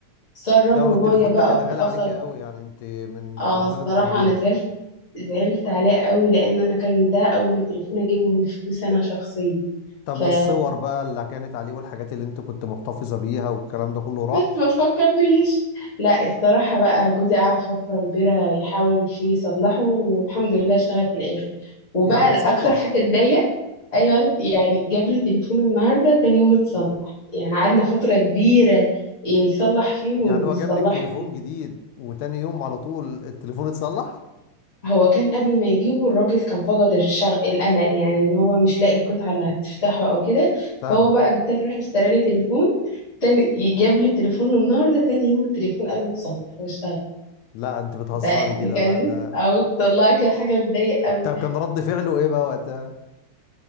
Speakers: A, on the left (about 25°); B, on the left (about 80°).
A: سرب
B: ده
A: له
B: التليفون
A: مية بقى
B: ده كان
A: وفصل
B: غالي عليك قوي يعني انت من التليفونات
A: اه الصراحة
B: اللي بتحبيها
A: انا زعلت زعلت عليه قوي لان انا كان ده اول تليفون اجيبه من فلوس انا شخصيا
B: طب
A: ف
B: والصور بقى اللي كانت عليه والحاجات اللي انت كنت محتفظة بيها والكلام ده كله راح
A: بس ما تفكرنيش لا الصراحه بقى جوزي قعد فتره كبيره يحاول فيه يصلحه والحمد لله اشتغل في الاخر وبقى
B: يعني اتصلح
A: اكتر حاجه اتضايق ايوه لا، يعني جاب لي تليفون النهارده تاني يوم اتصلح يعني قعدنا فتره كبيره يصلح فيه وما
B: يعني هو
A: بيصلحش
B: جاب لك تليفون جديد وتاني يوم على طول التليفون اتصلح
A: هو كان قبل ما يجيبه الراجل كان فقد الشغ... الامل يعني ان هو مش لاقي القطعه اللي هتفتحه او كده
B: فاهم
A: فهو بقى بالتالي راح اشترى لي تليفون تاني جاب لي التليفون النهارده تاني يوم التليفون قال له اتصلح واشتغل
B: لا انت بتهزري
A: بقى
B: كده
A: يعني كان
B: بقى ده
A: او والله كان حاجه مضايق قوي
B: طب كان رد فعله ايه بقى وقتها